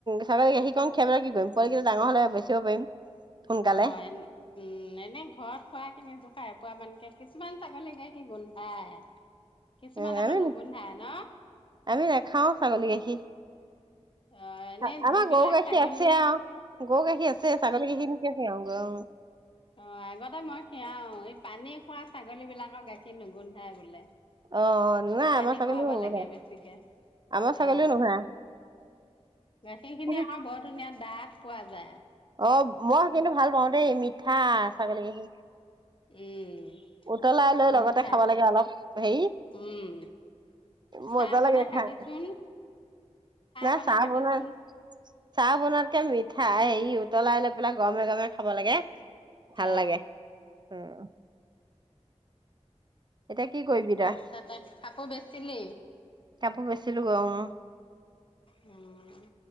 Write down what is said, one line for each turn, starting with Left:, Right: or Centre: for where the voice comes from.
Right: ছাগলী গাখীৰকন খিয়াই কেনে কি কৰিম পোৱালি কেইটা ডাঙৰ হলে বেচিব পাৰিম। সোনকালে
Left: অ এ উম এনেই ঘৰত খোৱা কে ক খাই পোৱা এপোৱা মানকে কিছুমান ছাগলী গাখী গোন্ধাই কিছুমান
Right: উ
Left: আকৌ
Right: আমি
Left: নুগোন্ধাই ন
Right: আমি নে খাওঁ ছাগলী গাখীৰ।
Left: অ এনে
Right: আমাৰ
Left: যিবিলাক
Right: গৰু গাখীৰ
Left: ছাগলী
Right: আছে আৰু গৰু গাখীৰ আছে ছাগলী গাখীৰ কিয় ক্ষীণ ক আহ গ
Left: অ আগতে মই খিৰাও এই পানী খোৱা ছাগলী বিলাকৰ গাখীৰ নুগোন্ধাই বোলে
Right: অ নাই
Left: পানী
Right: আমাৰ ছাগলীও
Left: খুৱাব
Right: নবনাই
Left: লাগে বেছিকে
Right: আমাৰ ছাগলীও
Left: অ
Right: নহয়
Left: গাখীৰ খিনি
Right: কিন্তু
Left: আকৌ বৰ ধুনীয়া ডাঠ পোৱা যায়
Right: অ মই কিন্তু ভাল পাওঁ দেই মিঠা ছাগলী কেইখিন
Left: উম
Right: উতলাই লৈ লগতে
Left: মিঠা
Right: খাব লাগে অলপ হেৰি
Left: উম চাহ
Right: মজা
Left: বনাই
Right: লাগে
Left: খাবিচোন
Right: খাই নাই
Left: বনাই
Right: চাহ
Left: খাবিচোন
Right: বনাত চাহ বনোৱাতকে মিঠ উঠাই এই উতলাই লৈ পেলাই গৰমে গৰমে খাব লাগে ভাল
Left: অ
Right: লাগে উম এতিয়া কি কৰিবি
Left: তাৰ
Right: তই
Left: পিছতে কাপোৰ বেচিলি
Right: কাপোৰ বেচিলো অহ
Left: উম